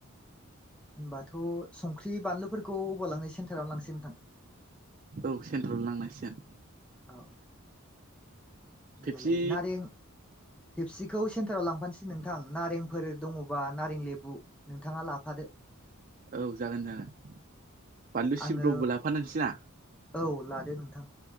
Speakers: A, in the centre; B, on the right.
A: होनबाथ' संख्रि बानलुफोरखौ हवाल लां सेन्ाराव लांसै नथां <unintelligible>
B: औ सेन्ट्रारावनो लांनांसिगोन।
A: औ होमबालाय
B: फेबसि
A: नारें फेपसिखौ सेन्टाराव लांफानोसै नोंथां नारेंफोर दङबा नारें लेबु नोंथाङा लाफादो।
B: औ जागोन जागोन बानलु
A: आङो
B: सिब्रबो लाफानोसैना?
A: औ लादो नोंथां।